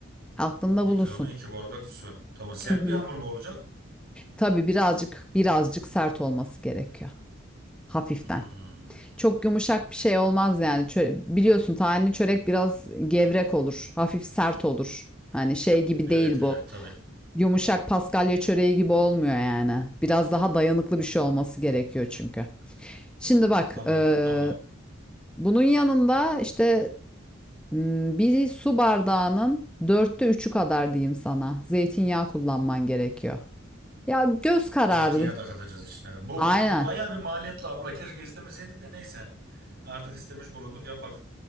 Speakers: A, in the centre; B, on the right.
A: Aklında
B: Bir
A: bulunsun.
B: kilona iki bardak su. Tamam. Sert
A: Hı hı.
B: bir hamur mu olacak?
A: Tabii birazcık birazcık sert olması gerekiyor. Hafiften.
B: Hmm.
A: Çok yumuşak bir şey olmaz yani. Çö- biliyorsun tahinli çörek biraz gevrek olur. Hafif sert olur. Hani şey gibi
B: Evet
A: değil
B: evet
A: bu.
B: tabii.
A: Yumuşak Paskalya çöreği gibi olmuyor yani. Biraz daha dayanıklı bir şey olması gerekiyor çünkü. Şimdi bak,
B: Tamam
A: e,
B: tamam.
A: bunun yanında işte m, bir su bardağının dörtte üçü kadar diyeyim sana. Zeytinyağı kullanman gerekiyor. Ya göz kararı.
B: Zeytinyağı da katacağız içine. Bu,
A: Aynen.
B: bu bayağı bir maliyetli abla. Keşke istemeseydik de neyse. Artık istemiş bulunduk yapak.